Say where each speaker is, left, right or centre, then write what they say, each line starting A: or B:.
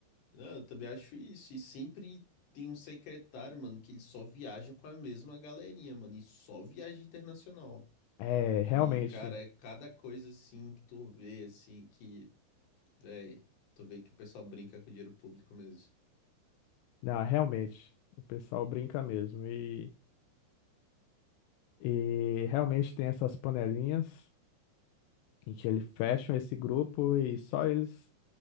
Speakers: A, on the left (about 60°); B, on the left (about 80°).
A: Não, eu também acho isso. E sempre tem um secretário, mano, que ele só viaja com a mesma galerinha, mano, e só viaja internacional.
B: É,
A: E,
B: realmente.
A: cara, é cada coisa assim que tu vê, assim, que, véi, tu vê que o pessoal brinca com dinheiro público mesmo.
B: Não, realmente. O pessoal brinca mesmo. e E realmente tem essas panelinhas em que eles fecham esse grupo e só eles,